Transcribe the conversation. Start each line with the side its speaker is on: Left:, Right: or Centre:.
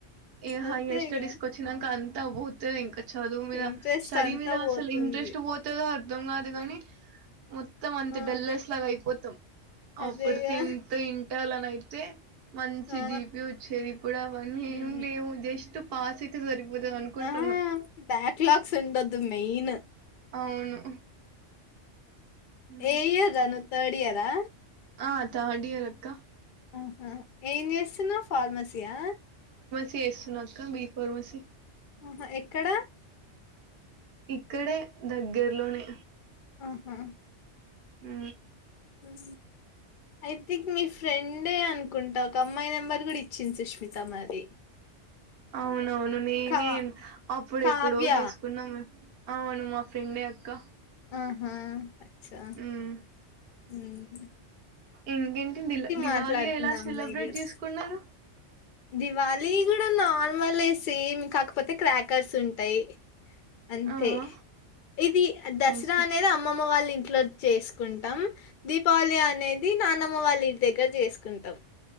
Right: ఏ
Left: అంతేగా
Right: హైయర్ స్టడీస్ కి వచ్చినాక అంత ఉత్తదె ఇంకా చదువు మీద
Left: ఇంట్రెస్ట్
Right: స్టడీ
Left: అంతా
Right: మీద
Left: పోతుంది
Right: అసలు ఇంట్రెస్ట్ పోతదొ అర్ధం కాదు గని
Left: ఆ
Right: మొత్తం అంత
Left: ఆ
Right: డల్లర్స్ లాగా అయిపొతం
Left: అదేగా
Right: అప్పుడు టెన్త్ ఇ పెట్టాలనియితే మంచి
Left: ఆ
Right: జీపి వచ్చేది ఇప్పుడు అవన్నీ
Left: ఉమ్,
Right: ఏం లేవు జస్ స్ట్ పాస్ అయితే సరిపోతది అనుకుంటున్నాం.
Left: ఆ ఆ బ్యాక్లాగ్స్ ఉండొదు మెయిన్
Right: అవును. హ్మ్.
Left: ఏ ఇయర్ రా నువ్ తార్డ్ ఇయరా
Right: ఆ తార్డ్ ఇయర్ అక్క
Left: ఆహా ఏం చెస్తునవ్ ఫార్మసీ ఆ
Right: చేస్తున్న అక్క బి ఫార్మసి
Left: ఆహ ఎక్కడ
Right: ఇక్కడే దగ్గర లోనే
Left: ఆహా
Right: ఉ
Left: ఉం ఐ థింక్ మీ ఫ్రెండే అనుకుంట ఒక అమ్మాయి నెంబర్ కూడ ఇచ్చింది సుష్మిత మరి
Right: అవునవును నేనే
Left: కా
Right: అప్పుడు
Left: కావ్య
Right: ఎప్పుడో తిసుకున్నాం అవును మా ఫ్రెండే అక్క
Left: ఆహా అచ్చా
Right: ఉమ్
Left: మ్
Right: ఇంకేంటి దిల దివాళి
Left: మాట్లాడుతుంది
Right: ఎలా
Left: ఆ అమ్మాయి
Right: సెలబ్రేట్
Left: కూడా
Right: చేసుకున్నరు
Left: దివాళీ కూడ నార్మలే సేమ్ కాకపోతే క్రాకర్స్ ఉంటయ్ అంతే
Right: ఆ ఆ
Left: ఇది ఆ దసరా
Right: ఓకే
Left: అనేది అమ్మమ్మ వాళ్ళ ఇంటి ఇట్లా చేసుకుంటాం దీపావళి అనేది నానమ్మ వాళ్ళ ఇంటి దగ్గర చేసుకుంటాం